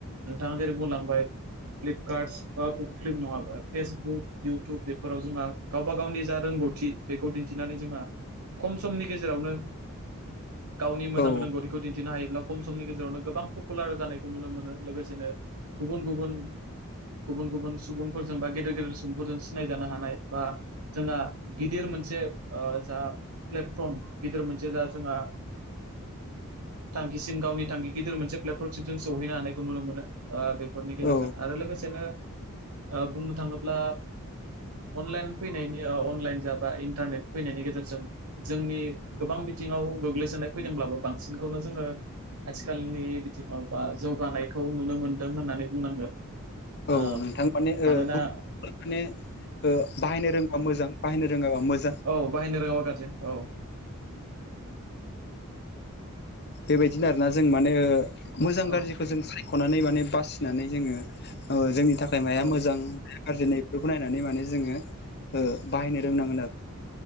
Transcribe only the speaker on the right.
नोंथाङा जेरै बुंलांबाय फ्लिपकार्टस फिल्म नङाबा फेसबुक इउटुब बेफोर फोराव जोंहा गावबा गावनि जा रोंगौथि बेखौ दिन्थिनानै जोंहा खम समनि गेजेरावनो गावनि मोजां
रोंगौथिखौ दिन्थिनो हायोब्ला खम समनि गेजेरावनो गोबां पपुलार जानायखौ नुनो मोनो लोगोसेनो गुबुन गुबुन गुबुन गुबुन सुबुंफोरजों बा गेदेर गेदेर सुबुंफोरजों सिनायजानो हानाय बा जोंहा गिदिर मोनसे जा प्लेटफर्म गिदिर मोनसे जा जोंहा थांखिसिम गावनि थांखि गिदिर मोनसे प्लेटफर्मसिम जों सौहैनो हानायखौ नुनो मोनो। ओ बेफोरनि गेजेरजों
आरो लोगोसेनो ओ बुंनो थाङोब्ला अनलाइन फैनायनि ओ अनलाइन जाबा इन्टारनेट फैनायनि गेजेरजों जोंनि गोबां बिथिङाव गोग्लैसोनाय फैदोंब्लाबो बांसिनखौनो जोङो आथिखालनि बिथिङाव बा जौगानायखौ नुनो मोनदों होननानै बुंनांगोन
ओ
मानोना
औ बाहायनो रोङाबा गाज्रि औ।
औ
औ